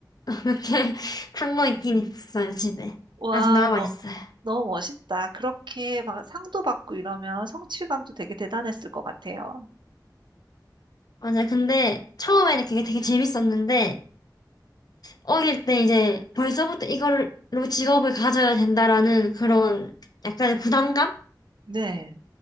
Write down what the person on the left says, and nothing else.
<laughs> 이렇게 산 거 있긴 있어요, 집에.
아직 남아있어요.
맞아요. 근데 처음에는 그게 되게 재밌었는데, 어릴 때 이제 벌써부터 이걸로 직업을 가져야 된다라는 그런 약간의 부담감